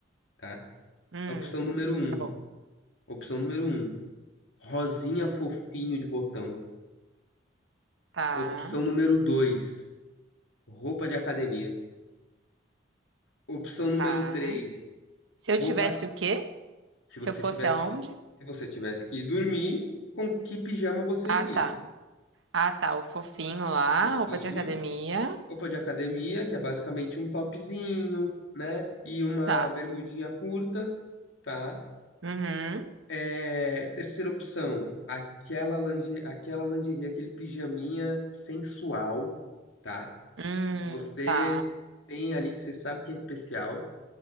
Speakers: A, on the left (about 75°); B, on the right (about 80°).
A: tá?
B: Hum,
A: Opção número um.
B: tá bom.
A: Opção número um. Rosinha fofinho de botão.
B: Tá,
A: Opção número 2, roupa de academia. Opção número
B: tá.
A: 3,
B: Se
A: roupas.
B: eu tivesse o quê?
A: Se
B: Se
A: você
B: eu fosse
A: tivesse,
B: aonde?
A: se você tivesse que ir dormir, com que pijama você
B: Ah,
A: iria?
B: tá. Ah, tá, o fofinho lá,
A: Fofinho,
B: roupa de academia.
A: roupa de academia, que é basicamente um topzinho, né? E uma
B: Tá.
A: bermudinha curta, tá?
B: Uhum.
A: É, terceira opção, aquela lingerie, aquela lingerie, aquele pijaminha sensual, tá?
B: Hum,
A: Que Você
B: tá,
A: tem ali que você sabe que é especial.